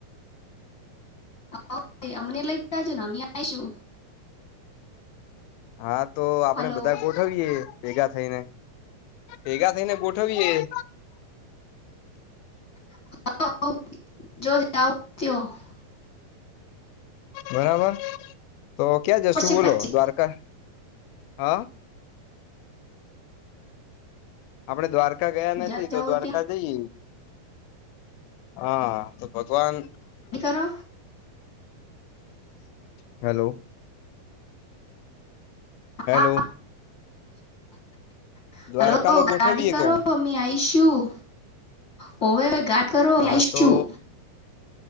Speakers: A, on the left; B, on the left.
A: હા, ઓકે, અમને એ લઈ જજો ને અમે આઈશું.
B: હા, તો આપણેે
A: હલો
B: બધા ગોઠવીએ ભેગાથઈને, ભેગાથઈને ગોઠવીયે.
A: <inaudible>
B: બરાબર? તો ક્યાં જશું
A: પડશે
B: બોલો,
A: પછી
B: દ્વારકા? હા. આપણે દ્વારકા ગયા નથી,
A: જ્યાં જાઓ
B: તો દ્વારકા
A: ત્યાં
B: જઈએ. હા, તો ભગવાન
A: <unintelligible> કરો
B: હલો. હેલો.
A: હા <inaudible>
B: દ્વારકા
A: હલો
B: નું
A: ગાદી
B: ગોઠવીએ
A: કરો,
B: કવું
A: અમે આઈશું. હોવે ઘાટ કરો
B: હા
A: મી આઇશું
B: તો